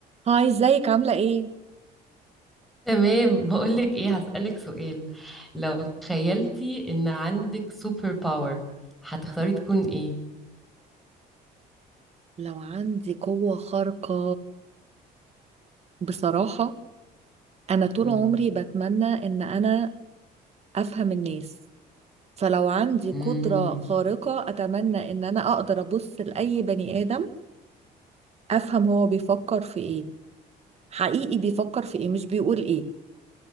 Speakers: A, on the right (about 40°); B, in the centre.
A: هاي ازيك عاملة ايه؟
B: تمام بقولك ايه هسألك سؤال لو تخيلتي ان عندك سوبر باور هتختاري تكون ايه
A: لو عندي قوة خارقة بصراحة أنا طول
B: مم.
A: عمري بتمنى إن أنا أفهم الناس فلو عندي قدرة
B: مم.
A: خارقة أتمنى إن أنا أقدر أبص لأي بني آدم أفهم هو بيفكر في ايه حقيقي بيفكر في ايه مش بيقول ايه